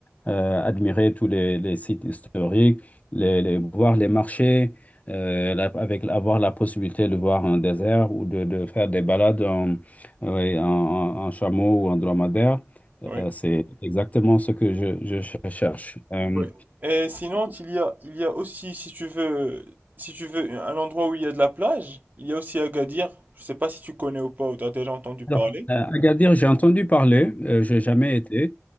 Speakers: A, on the left; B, on the right.
A: euh, admirer tous les, les sites historiques, les, les- voir les marchés, euh, la- avec avoir la possibilité de voir un désert ou de, de faire des balades en, oui, en, en- en chameau ou en dromadaire.
B: Oui.
A: Euh, c'est exactement ce que je, je cherche. Euh,
B: Oui. Et sinon, il y a, il y a aussi, si tu veux, si tu veux, un endroit où il y a de la plage, il y a aussi Agadir. Je sais pas si tu connais ou pas, ou tu as déjà entendu parler.
A: Alors, euh, Agadir, j'ai entendu parler, euh, j'ai jamais été,